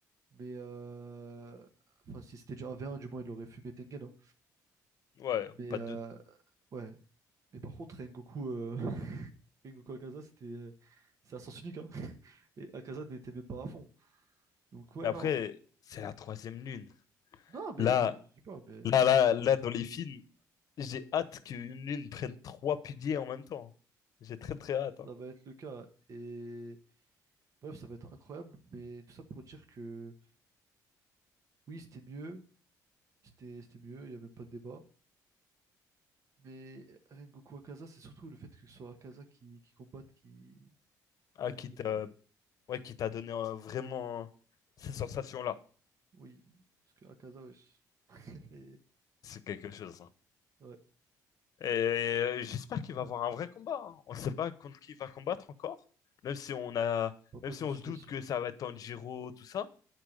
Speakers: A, on the right; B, on the left.
A: Mais euh, enfin, si c'était déjà un v 1 du moins il aurait fumé Tengen. hein.
B: ouais,
A: Mais
B: pas
A: euh,
B: de.
A: ouais. Mais par contre, Rengoku, euh, <laughs> Rengoku Akaza, c'était euh, c'est à sens unique. Hein. Et Akaza n'était même pas à fond. Donc ouais,
B: Mais après,
A: non.
B: c'est la troisième lune.
A: Non, mais
B: Là,
A: oui, je dis pas, mais
B: là, là, là, dans les films, J'ai hâte qu'une lune prenne trois piliers en même temps. J'ai très très hâte. hein.
A: ça va être le cas. Et bref, ça va être incroyable. Mais tout ça pour dire que oui, c'était mieux. C'était c'était mieux, il n'y a même pas de débat. Mais Rengoku Akaza, c'est surtout le fait que ce soit Akaza qui, qui combatte, qui...
B: Ah,
A: que
B: qui
A: je kiffe,
B: t'a
A: tu vois.
B: ouais, qui t'a donné euh, vraiment euh, ces sensations-là.
A: Oui, parce que Akaza, wesh. <laughs> Et
B: C'est quelque chose. hein.
A: Ouais.
B: Et euh, j'espère qu'il va avoir un vrai combat. hein. On ne sait pas contre qui il va combattre encore. Même si on a,
A: Bah, moi,
B: même si
A: je me
B: on
A: suis
B: se
A: fait.
B: doute
A: s-
B: que ça va être Tanjiro, tout ça.